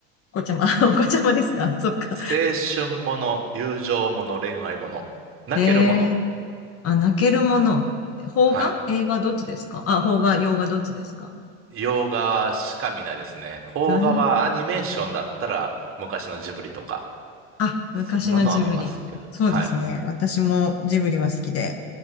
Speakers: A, on the left (about 45°); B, on the right (about 40°).
A: お子ちゃま、<laughs> お子ちゃまですかそっか。
B: 青春もの、友情もの、恋愛もの、泣けるもの。
A: へえー、あ、泣けるもの。邦画映画どっちですかあ、
B: はい。
A: 邦画、洋画どっちですか
B: 洋画しか見ないですね。邦画はアニメーションだったら昔のジブリとか、
A: うんあ、
B: そんなのは見ますけど。
A: 昔のジブリ。そうですね。
B: はい。
A: 私もジブリは好きで。